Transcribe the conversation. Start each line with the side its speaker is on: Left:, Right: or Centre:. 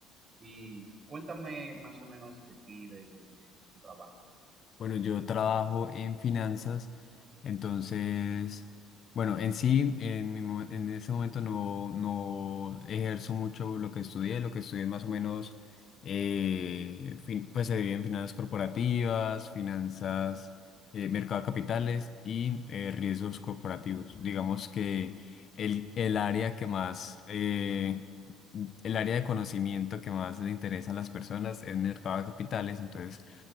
Right: Y cuéntame más o menos de ti, de, de- de- de tu trabajo.
Left: Bueno, yo trabajo en finanzas, entonces, bueno, en sí, en mi mo- en ese momento no, no ejerzo mucho lo que estudié, lo que estudié más o menos, eh, fin- pues se divide en finanzas corporativas, finanzas, eh, mercado de capitales y eh, riesgos corporativos. Digamos que el, el área que más, eh, el área de conocimiento que más le interesa a las personas es mercado de capitales, entonces